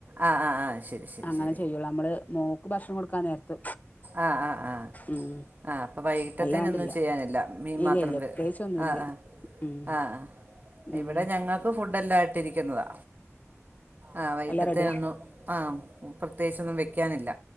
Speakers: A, on the right; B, on the left.
A: ആ ആ ആ ശരി ശരി
B: അങ്ങനെ
A: ശരി
B: ചെയ്യൂള്ളൂ. നമ്മള് മോക്ക് ഭക്ഷണം കൊടുക്കാൻ നേരത്ത്
A: ആഹ് ആഹ് ആഹ്
B: ഉം
A: ആ അപ്പൊ വൈകിട്ടത്തേന
B: അല്ലാണ്ടില്ല
A: ഒന്നും ചെയ്യാനില്ല മീൻ
B: ഇല്ല
A: മാത്രം
B: ഇല്ല
A: ത്
B: പ്രത്യേകിച്ചൊന്നുല്ല
A: ആ ആ
B: ഉം
A: ആ ആ
B: ഉം
A: ഇവിടെ ഞങ്ങ ക്ക് ഫുഡ് എല്ലാം ഇട്ടിരിക്കുന്നതാ ആ വൈ
B: എല്ലാം റെഡിയാ
A: ആ പ്രത്യേകിച്ചൊന്നും വെക്കാനില്ല.